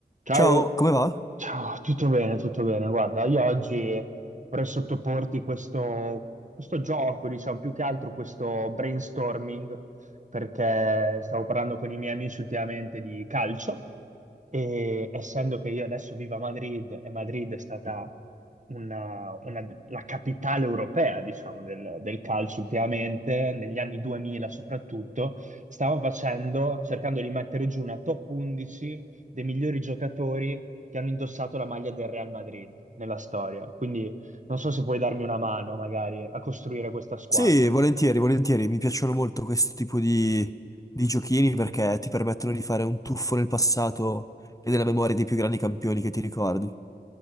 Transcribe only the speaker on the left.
Ciao, come va?
Sì, volentieri, volentieri. Mi piacciono molto questo tipo di, di giochini perché ti permettono di fare un tuffo nel passato e nella memoria dei più grandi campioni che ti ricordi.